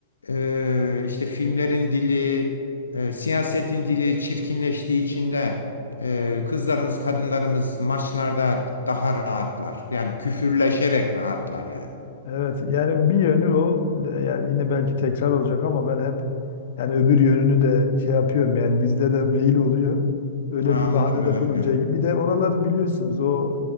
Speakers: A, on the left; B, on the left.
A: e, işte filmlerin dili, e, siyasetin dili çirkinleştiği içinde ee, kızlarımız, kadınlarımız maçlarda daha rahatlar. Yani küfürleşerek rahatlar yani.
B: Evet yani bir yönü o yani yine belki tekrar olacak ama ben hep yani öbür yönünü de şey yapıyorum yani bizde de mail oluyor. Öyle
A: Ha, anladım
B: bir bahane
A: evet
B: de bulunca
A: ya.
B: bir de oralar biliyorsunuz o